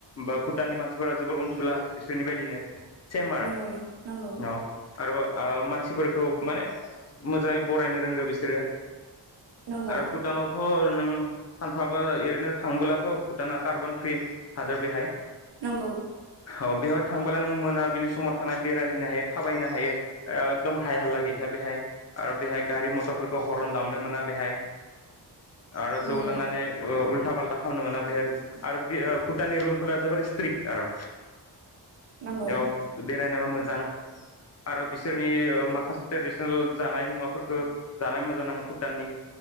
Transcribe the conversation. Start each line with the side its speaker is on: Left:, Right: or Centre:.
Left: बा भुटाननि मानसिफोरा जोबोर अनसुला बिसोरनि बायदिनो सेम आरो
Right: नंगौ नंगौ
Left: अ आरोबाव मानसिफोरखौ माने मोजाङै बरायनो रोंगो बिसोरो
Right: नंगौ
Left: आरो भुटानावथ' नों सानफ्राबो ओरैनो थांबोलाथ' भुटाना कार्बन फ्रि हादोर बेहाय
Right: नंगौ
Left: अ बेवहाय थांबोला नों मोनाबिलि समाव थांनानै बेरायहैनो हायो थाबायनो हायो एकदम हाय हालला गैखाया बेहाय आरो बेहाय गारि मथरफोरखौ हरन दामनो मोना बेहाय आरो जौ
Right: नंगौ
Left: लोंनानै उल्था फाल्था खामनो मोना बेहाय आरो भुटाननि रुलफोरा जोब स्ट्रिक आरो
Right: नंगौ
Left: बेयाव बेरायनोबो मोजां आरो बिसोरनि माखासे ट्रेडिसनेल जानाय मुवाफोरखौ जानानै मोजां नाङो भुटाननि